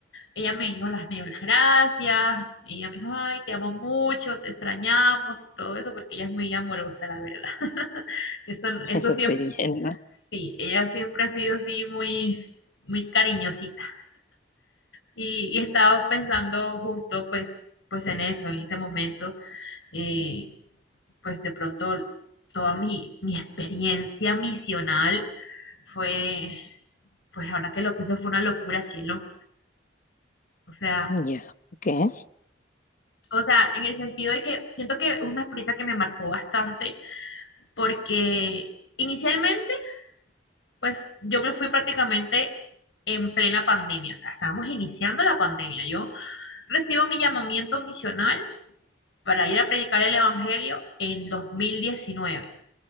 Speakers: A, on the left; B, on the left.
A: Ella me dijo las, me dio las gracias, ella me dijo, ay, te amo mucho, te extrañamos y todo eso, porque ella es muy amorosa, la verdad. <laughs> Eso, eso
B: Eso
A: siempre,
B: estoy viendo.
A: sí, ella siempre ha sido así muy, muy cariñosita. Y, y estaba pensando justo pues, pues en eso, en ese momento, eh, pues de pronto toda mi, mi experiencia misional fue pues ahora que lo pienso fue una locura, cielo. O sea,
B: ¿Y eso? por ¿Qué?
A: o sea, en el sentido de que siento que es una experiencia que me marcó bastante porque inicialmente, pues yo me fui prácticamente en plena pandemia, o sea, estábamos iniciando la pandemia. Yo recibo mi llamamiento misional para ir a predicar el Evangelio en dos mil diecinueve